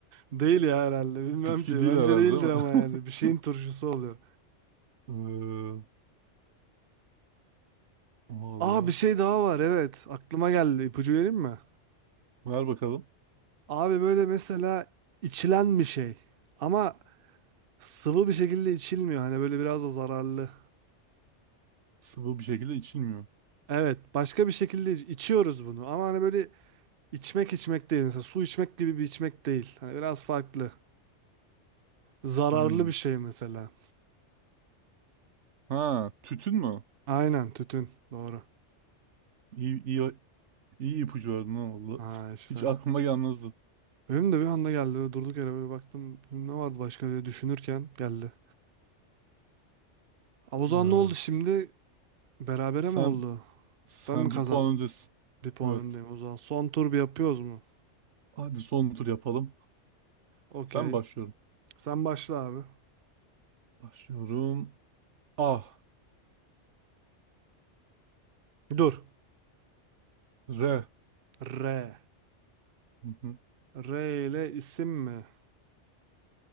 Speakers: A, on the right; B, on the right.
A: Değil ya herhalde. Bilmem
B: Bitki
A: ki.
B: değil
A: Bence
B: herhalde
A: değildir
B: değil
A: ama yani.
B: mi?
A: Bir
B: <laughs>
A: şeyin turşusu oluyor.
B: Ee, valla.
A: Aa bir şey daha var. Evet. Aklıma geldi. İpucu vereyim mi?
B: Ver bakalım.
A: Abi böyle mesela içilen bir şey. Ama sıvı bir şekilde içilmiyor. Hani böyle biraz da zararlı.
B: Sıvı bir şekilde içilmiyor.
A: Evet. Başka bir şekilde iç- içiyoruz bunu. Ama hani böyle içmek içmek değil. Mesela su içmek gibi bir içmek değil. Hani biraz farklı. Zararlı
B: Hmm.
A: bir şey mesela.
B: Ha, tütün mü?
A: Aynen. Tütün. Doğru.
B: İyi, iyi, iyi ipucu verdin ha valla.
A: Ha
B: <laughs>
A: işte.
B: Hiç aklıma gelmezdi.
A: Benim de bir anda geldi. Böyle durduk yere böyle baktım. Ne vardı başka diye düşünürken geldi. Ama o zaman
B: Ee,
A: ne oldu şimdi? Berabere
B: sen
A: mi oldu?
B: sen
A: Ben mi kazandım?
B: bir puan öndesin.
A: Bir puan
B: Evet.
A: öndeyim o zaman. Son tur bir yapıyoruz mu?
B: Hadi son tur yapalım.
A: Okey.
B: Ben başlıyorum.
A: Sen başla abi.
B: Başlıyorum. Ah.
A: Dur.
B: R.
A: R.
B: Hı hı,
A: R ile isim mi?